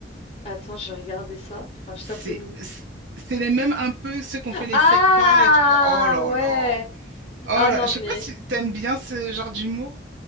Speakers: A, on the left; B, on the right.
A: Attends, je vais regarder ça. Enfin, je
B: C'est
A: tape le nom.
B: c'est- c'est les mêmes un peu ceux qu'on fait les
A: Ah
B: secs les trucs. Oh là
A: ouais.
B: là. Oh
A: Ah
B: là,
A: non
B: je sais
A: mais
B: pas si t'aimes bien ce genre d'humour.